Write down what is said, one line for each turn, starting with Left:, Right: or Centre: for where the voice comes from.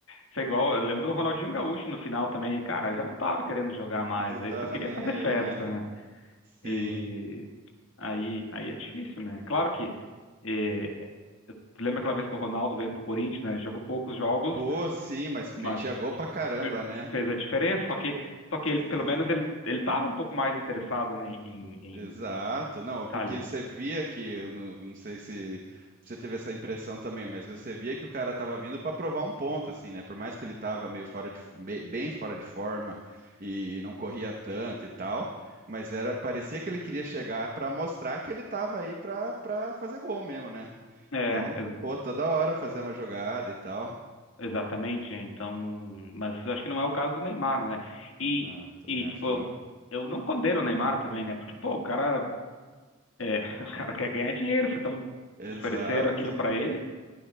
Left: Isso é igual, eu lembro do Ronaldinho Gaúcho no final também, cara, já não tava querendo jogar mais,
Right: Não
Left: aí
Right: tava
Left: só queria
Right: nem
Left: fazer
Right: aí,
Left: festa,
Right: né?
Left: né?
Right: Sim.
Left: E aí, aí é difícil, né? Claro que eh, eu lembro aquela vez que o Ronaldo veio pro Corinthians, né? Ele jogou poucos jogos,
Right: Pô, sim, mas
Left: mas
Right: metia gol pra caramba,
Left: fe-
Right: né?
Left: fez a diferença, só que só que ele pelo
Right: Sim.
Left: menos ele ele tava um pouco mais interessado, né, em em
Right: Exato. Não, é porque
Left: tá ali.
Right: você via que, eu não, não sei se você teve essa impressão também, mas você via que o cara tava vindo pra provar um ponto, assim, né? Por mais que ele tava meio fora de, fo- be- bem fora de forma e não corria tanto e tal, mas era, parecia que ele queria chegar pra mostrar que ele tava aí pra para fazer gol mesmo, né?
Left: É,
Right: Então,
Left: ex-
Right: pô, toda hora fazer uma jogada e tal.
Left: Exatamente, então, mas eu acho que não é o caso do Neymar, né? E,
Right: Não, também
Left: e
Right: acho
Left: tipo,
Right: que
Left: eu,
Right: não.
Left: eu não condeno o Neymar também, né? Porque, pô, o cara, é, <laughs> o cara quer ganhar dinheiro, se estão
Right: Exato.
Left: ofereceram aquilo pra ele,